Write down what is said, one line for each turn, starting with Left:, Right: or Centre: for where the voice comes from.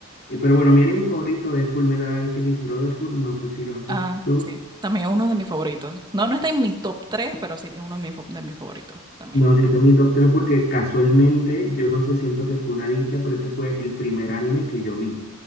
Left: Y- pero bueno, mi anime favorito es Fullmetal Alchemist Brotherhood, no sé si lo has visto.
Right: Ah, sí. También es uno de mis favoritos. No, no está en mi top 3, pero sí es uno de mis, fa- de mis favoritos también.
Left: No, sí, este es mi top 3 porque casualmente yo no sé, siento que fue una dicha, pero ese fue el primer anime que yo vi.